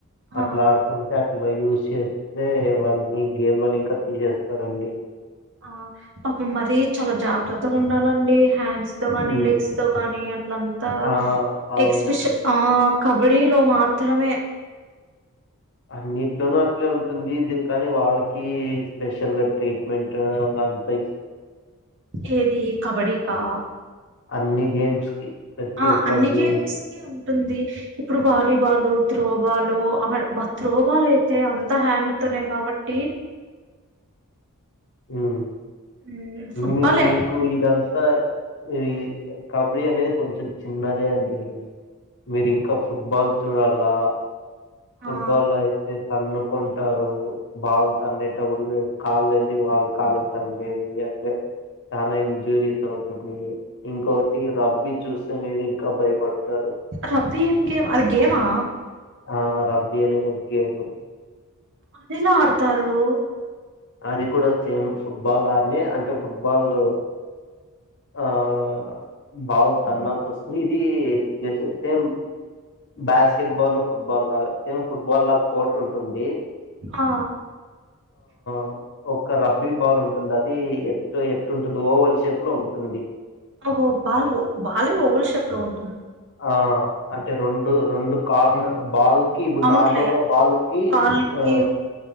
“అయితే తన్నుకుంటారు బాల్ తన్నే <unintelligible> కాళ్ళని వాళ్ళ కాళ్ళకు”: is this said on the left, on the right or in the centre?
Left